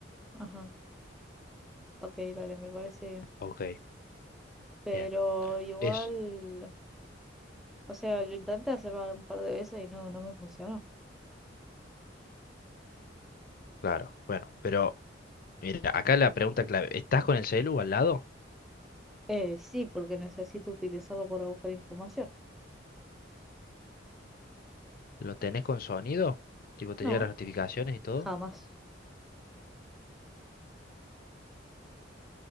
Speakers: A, in the centre; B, on the left (about 50°).
A: Ajá, ok, dale, me parece bien.
B: Ok,
A: Pero
B: bien.
A: igual,
B: Es
A: o sea, lo intenté hacer un par de veces y no, no me funcionó.
B: claro. Bueno, pero... Mira, acá la pregunta clave. ¿Estás con el celu al lado?
A: Eh, sí, porque necesito utilizarlo para buscar información.
B: ¿Lo tenés con sonido? Tipo, te
A: No,
B: llegan las notificaciones y todo.
A: jamás.